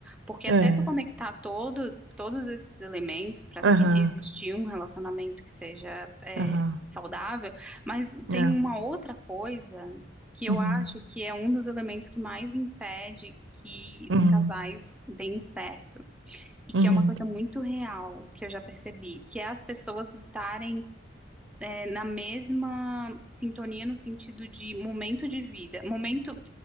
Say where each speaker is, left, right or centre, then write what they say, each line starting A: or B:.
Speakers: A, in the centre; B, on the right.
A: Porque
B: é.
A: até tu conectar todo, todos esses elementos para
B: Aham,
A: se existir um relacionamento que seja é,
B: aham.
A: saudável, mas tem
B: É.
A: uma outra coisa que eu
B: Uhum,
A: acho que é um dos elementos que mais impede que
B: uhum,
A: os casais deem certo e que
B: uhum,
A: é uma coisa muito real que eu já percebi, que é as pessoas estarem é, na mesma sintonia no sentido de momento de vida, momento,